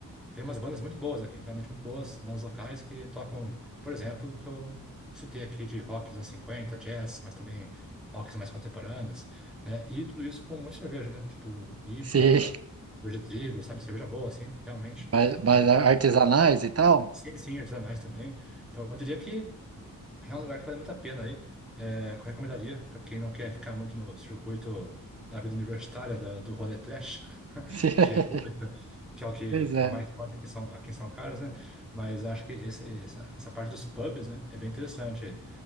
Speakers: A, in the centre; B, on the right.
A: vem umas bandas muito boas aqui, realmente muito boas, bandas locais que tocam, por exemplo, o que eu citei aqui de rock dos anos 50, jazz, mas também rocks mais contemporâneos, né? E tudo isso com muita cerveja, né? Tipo IPA,
B: Sim.
A: cerveja de trigo, sabe? Cerveja boa, assim, realmente.
B: Mas, mas
A: Então,
B: artesanais e tal?
A: sim, sim, artesanais também. Então, eu diria que é um lugar que vale muito a pena aí. É, que eu recomendaria para quem não quer ficar muito no circuito da vida universitária, da- do rolê trash <laughs>
B: <laughs> Sim.
A: de República, que é o que
B: Pois é.
A: é mais forte aqui em São, aqui em São Carlos, né? Mas acho que esse- essa, essa parte dos pubs, né, é bem interessante